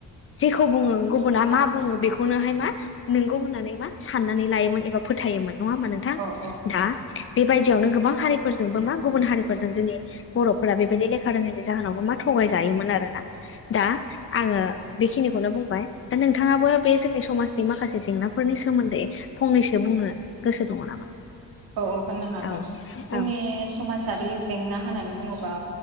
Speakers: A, on the left; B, on the right.
A: जेखौ बुङो गुबुना मा बुङो बेखौनोहाय मा नोंगौ होननानै मा साननानै लायोमोन एबा फोथायोमोन नङा होमा नोंथां
B: औ औ
A: दा बेबायदियावनो गोबां हारिफोरजोंबो मा गुबुन हारिफोरजों जोंनि बर'फोरा बेबायदि लेखा रोङैनि जाहोनाव मा थगाय जायोमोन आरोना दा आङो बेखिनिखौनो बुंबाय दा नोंथाङाबो बे जोंनि समाजनि माखासे जेंनाफोरनि सोमोन्दै फंनैसो बुंनो गोसो दङ नामा
B: औ औ होननो हागोन
A: औ
B: जोंनि
A: औ
B: समाजारि जेंना होननानै बुङोबा